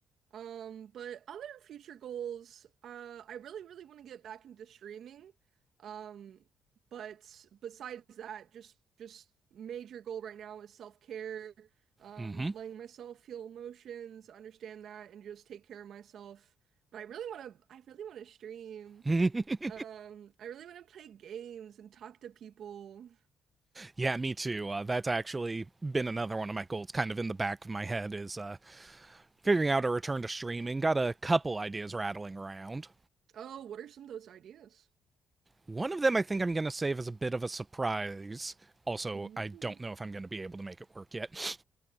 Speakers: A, on the right; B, on the right.
A: Um, but other future goals, uh, I really, really want to get back into streaming. Um, but besides that, just just major goal right now is self-care, um,
B: Mm-hmm.
A: letting myself feel emotions, understand that, and just take care of myself. But I really want to, I really want to stream.
B: <laughs>
A: Um, I really want to play games and talk to people.
B: yeah, me too. Uh, that's actually been another one of my goals, kind of in the back of my head, is uh, figuring out a return to streaming. Got a couple ideas rattling around.
A: Oh, what are some of those ideas?
B: One of them I think I'm going to save as a bit of a surprise. Also,
A: Ooh.
B: I don't know if I'm going to be able to make it work yet.